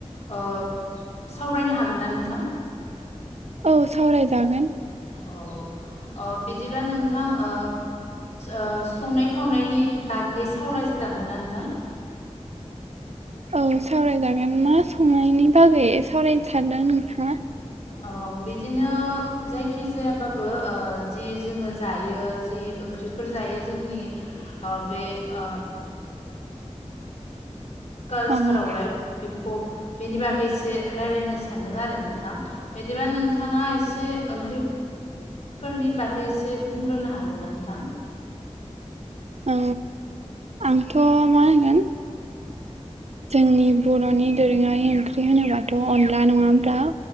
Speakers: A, on the left (about 70°); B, on the right (about 65°).
A: ओ सावरायनो हागोनना नोंथां?
B: औ सावरायजागोन।
A: अ अ बिदिबा नोंथां ओ ओ संनाय खावनायनि बागै सावराय जागोनना नोंथां?
B: औ सावराय जागोन मा संनायनि बागै सावरायनो सानदों नोंथाङा?
A: ओ बिदिनो जायखि जायाबाबो ओ जि जोङो जायो जि ओंख्रिफोर जायो जोंनि ओ बे ओ कालचारावलाय
B: औ
A: बेखौ बेनि बागै एसे रायलायनो सानदों आरो नोंथां। बिदिबा नोंथाङा एसे ओंख्रि फोरनि बागै एसे बुंग्रोनो हागोनना नोंथां?
B: औ आंथ' मा होनगोन जोंनि बर'नि दोरोङारि ओंख्रि होनोबाथ' अनला नङा ओमब्ला